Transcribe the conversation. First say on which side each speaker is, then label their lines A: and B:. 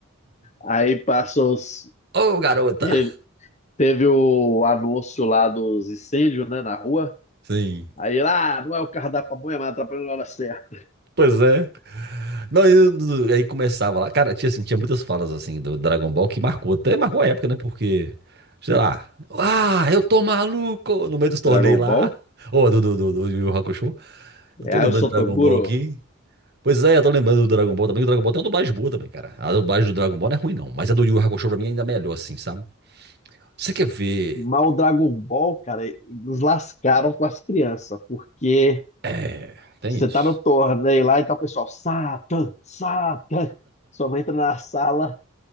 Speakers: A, on the left; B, on the right.
A: Aí passou os...
B: Ô, garota!
A: ele- teve o anúncio lá dos incêndios, né, na rua.
B: Sim.
A: Aí lá, ah, não é o carro da pamonha, mas atrapalhou na hora certa.
B: Pois é. Não, eu- aí começava lá. Cara, tinha, assim, tinha muitas falas assim do Dragon Ball que marcou, até marcou a época, né? Porque, sei lá, ah, eu tô maluco no meio dos torneios
A: Dragon
B: lá.
A: Ball?
B: Ô, do, do, do, do Yu Yu Hakusho. Eu
A: É,
B: tô
A: aí
B: lembrando
A: o Sotoguro.
B: do Dragon Ball aqui. Pois é, eu tô lembrando do Dragon Ball também. que O Dragon Ball tem uma dublagem boa também, cara. A dublagem do Dragon Ball não é ruim, não. Mas a do Yu Yu Hakusho pra mim é ainda melhor, assim, sabe? Você quer ver.
A: Mas o Dragon Ball, cara, nos lascaram com as crianças, porque
B: É, tem
A: você
B: isso.
A: tá no torneio lá e tá o pessoal, Satan, Satan. Sua mãe entra na sala.